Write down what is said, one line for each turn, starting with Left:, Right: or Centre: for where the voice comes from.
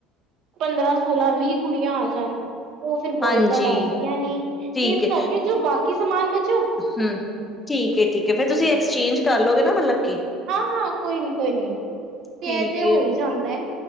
Right: ਪੰਦਰਾਂ ਸੋਲਾਂ ਵੀਹ ਕੁੜੀਆਂ ਆ ਜਾਣ ਉਹ ਫਿਰ ਬੋਇਜ਼
Left: ਹਾਂਜੀ
Right: ਦਾ ਲੈਣਗੀਆਂ ਨੇ ਤੇ
Left: ਠੀਕ
Right: ਇਸ
Left: ਹੈ
Right: ਕਰਕੇ ਜੋ ਬਾਕੀ ਕੀ ਸਮਾਨ ਬੱਚ
Left: ਹਮ ਠੀਕ ਹੈ ਠੀਕ ਹੈ ਫੇਰ ਤੁਸੀਂ ਐਕਸਚੇਂਜ ਕਰ ਲਓਗੇ ਨਾ ਮਤਲਬ ਕਿ
Right: ਹਾਂ ਹਾਂ ਕੋਈ ਨੀ ਕੋਈ ਨੀ ਤੇ
Left: ਠੀਕ
Right: ਇਹ ਤੇ ਹੋ
Left: ਹੈ
Right: ਹੀ ਜਾਂਦਾ ਹੈ।